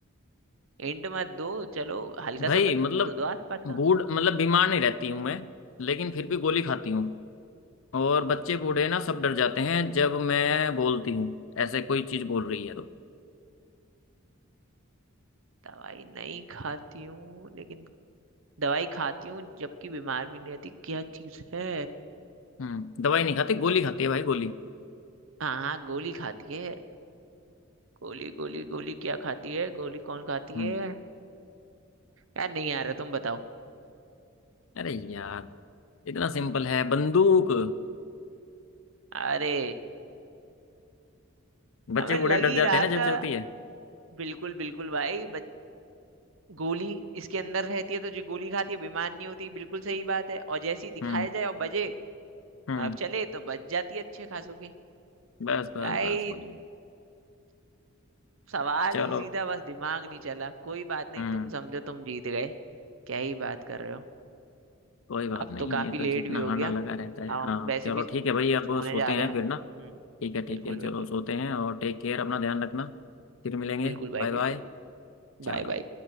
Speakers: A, on the right; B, on the left.
A: हिंट मत दो चलो हल्का
B: भाई
A: सा बता
B: मतलब
A: दो आसपास का
B: बूढ़ मतलब बीमार नहीं रहती हूँ मैं लेकिन फिर भी गोली खाती हूँ और बच्चे बूढ़े ना सब डर जाते हैं जब मैं बोलती हूँ ऐसे कोई चीज बोल रही है तो
A: दवाई नहीं खाती हूँ लेकिन दवाई खाती हूँ जबकि बीमार भी नहीं रहती क्या चीज है
B: हम्म दवाई नहीं खाती गोली खाती है भाई गोली
A: हाँ हाँ गोली खाती है गोली गोली गोली क्या खाती है गोली कौन खाती
B: हम्म,
A: है यार नहीं आ रहा तुम बताओ
B: अरे यार इतना सिंपल है बंदूक
A: अरे हमें
B: बच्चे बूढ़े
A: लग ही
B: डर जाते
A: रहा
B: हैं ना जब
A: था
B: चलती है
A: बिल्कुल बिल्कुल भाई बन- गोली इसके अंदर रहती है तो जो गोली खाती है बेमान नहीं होती बिल्कुल सही बात है और जैसे ही दिखाया
B: हम्म
A: जाए और बजे
B: हम्म
A: मतलब चले तो बच जाती है अच्छे खासों की
B: बस बस
A: भाई
B: बस वही है
A: सवाल
B: चलो
A: इजी था बस दिमाग नहीं चला कोई बात नहीं
B: हम्म
A: तुम समझो तुम जीत गए क्या ही बात कर रहे हो
B: कोई बात
A: अब
B: नहीं
A: तो काफी
B: ये तो
A: लेट
B: जीतना
A: भी हो
B: हारना
A: गया
B: लगा
A: अब
B: रहता है हाँ
A: हम वैसे
B: चलो
A: भी
B: ठीक है भाई अब
A: सोने
B: सोते
A: जा
B: हैं
A: रहे हैं
B: फिर
A: हम्म
B: ना ठीक है ठीक
A: बिल्कुल
B: है चलो
A: बिल्कुल
B: सोते हैं और टेक केयर अपना ध्यान रखना फिर मिलेंगे
A: बिल्कुल भाई
B: बाय बाय
A: बिल्कुल
B: चलो
A: Bye bye